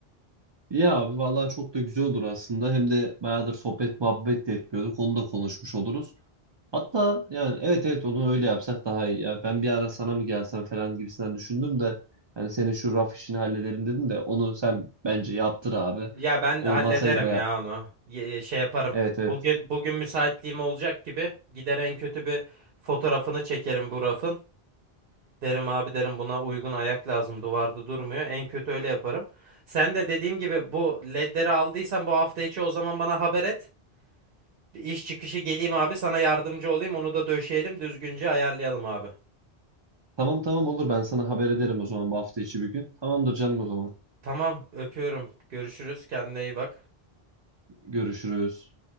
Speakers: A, on the right (about 45°); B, on the right (about 65°).
A: Ya abi vallahi çok da güzel olur aslında. Hem de bayağıdır sohbet muhabbet de etmiyorduk. Onu da konuşmuş oluruz. Hatta yani evet evet onu öyle yapsak daha iyi. Ya ben bir ara sana mı gelsem falan gibisinden düşündüm de yani senin şu raf işini halledelim dedim de onu sen bence yaptır abi.
B: Ya ben
A: O
B: de hallederim
A: masayı da yap.
B: ya onu. Ye- ye- şey yaparım.
A: Evet
B: Bugün
A: evet.
B: bugün müsaitliğim olacak gibi gider en kötü bir fotoğrafını çekerim bu rafın. Derim abi derim buna uygun ayak lazım. Duvarda durmuyor. En kötü öyle yaparım. Sen de dediğim gibi bu ledleri aldıysan bu hafta içi o zaman bana haber et. Bir iş çıkışı geleyim abi sana yardımcı olayım. Onu da döşeyelim düzgünce ayarlayalım abi.
A: Tamam tamam olur ben sana haber ederim o zaman bu hafta içi bir gün. Tamamdır canım o zaman.
B: Tamam öpüyorum. Görüşürüz. Kendine iyi bak.
A: Görüşürüz.